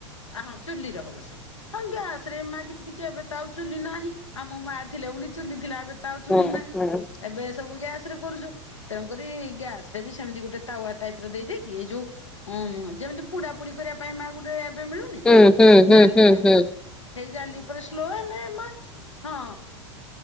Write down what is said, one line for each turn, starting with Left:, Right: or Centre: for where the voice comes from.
Left: ଆ ହଁ ଚୁଲିରେ ହବ ସେ। ହ ଗ୍ୟାସ ରେ ମା କିଛି କିଛି ଏବେତାଉ ନାହିଁ ଆମ ମା ଥିଲେ ବୁଲି ଚୁଲି ଥିଲା ଏବେ ତ ଆଉ ଚୁଲି
Centre: ହଁ
Left: ନାହିଁ
Centre: ହଁ
Left: ଏବେ ସବୁ ଗ୍ୟାସ ରେ କରୁଛୁ। ତେଣୁକରି ଗ୍ୟାସ ରେ ବି ସେମିତି ଗୋଟେ ତାୱା ଟାଇପ ର ଦେଇଦକି ଏଇ ଯୋଉ ଉଁ ମ ଯେମିତି ପୁଡା ପୁଡି କରିବା ପାଇଁ ମା ଗୁଟେ ଏବେ ମିଳୁନି
Centre: ହୁଁ ହୁଁ ହୁଁ
Left: ଜାଲି
Centre: ହୁଁ
Left: ଟାଇପ
Centre: ହୁଁ
Left: ର ହେଇ ଜାଲି ଉପରେ ସ୍ଲୋ ହେଲେ ମା ହଁ